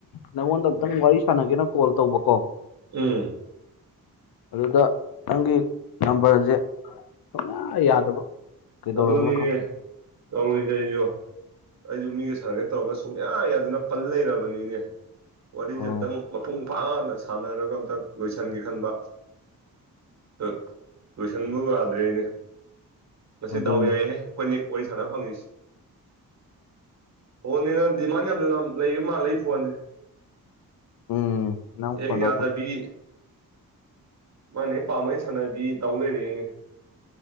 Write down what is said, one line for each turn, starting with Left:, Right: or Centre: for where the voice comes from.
Left: ꯅꯪꯉꯣꯟꯗ ꯑꯝꯇꯪ ꯋꯥꯔꯤ ꯁꯥꯟꯅꯒꯦꯅ ꯀꯣꯜ ꯇꯧꯕꯀꯣ
Right: ꯎꯝ
Left: ꯑꯗꯨꯗ ꯅꯪꯒꯤ ꯅꯝꯕꯔꯁꯦ ꯁꯨꯡꯌꯥ ꯌꯥꯗꯕ ꯀꯩꯗꯧꯔꯕꯅꯣ
Right: ꯑꯗꯨꯅꯤꯅꯦ
Left: ꯈꯪ
Right: ꯇꯧꯔꯤꯁꯦ ꯑꯩꯁꯨ ꯑꯩꯁꯨ ꯃꯤꯒ ꯁꯥꯟꯅꯒꯦ ꯇꯧꯔꯒ ꯁꯨꯡꯌꯥ ꯌꯥꯗꯅ ꯄꯜ ꯂꯩꯔꯕꯅꯤꯅꯦ ꯋꯥꯔꯤꯁꯦ
Left: ꯑꯣ
Right: ꯑꯝꯇꯪ ꯃꯄꯨꯡ ꯐꯥꯅ ꯁꯥꯟꯅꯔꯒ ꯑꯝꯇꯪ ꯂꯣꯏꯁꯤꯟꯒꯦ ꯈꯟꯕ <unintelligible> ꯂꯣꯏꯁꯟꯕꯨ ꯌꯥꯗ꯭ꯔꯦꯅꯦ ꯉꯁꯤ
Left: ꯑꯗꯨꯅꯤ
Right: ꯗꯥꯎ ꯌꯥꯏꯍꯦ ꯑꯩꯈꯣꯏꯅꯤ ꯋꯥꯔꯤ ꯁꯥꯟꯅ ꯐꯪꯉꯤꯁꯤ ꯑꯣꯅꯤꯅ ꯗꯤꯃꯥꯟ ꯌꯥꯝ ꯂꯝ ꯂꯩꯕ ꯃꯥꯜꯂꯦ ꯑꯩꯐꯣꯟꯁꯦ
Left: ꯎꯝ ꯅꯪ
Right: ꯑꯦ
Left: ꯐꯣꯟ
Right: ꯌꯥꯗꯗꯤ
Left: ꯇꯧ
Right: ꯃꯥꯅ ꯍꯦꯛ ꯄꯥꯝꯃ ꯁꯥꯟꯅꯕꯤ ꯇꯧ ꯂꯩꯔꯦꯅꯦ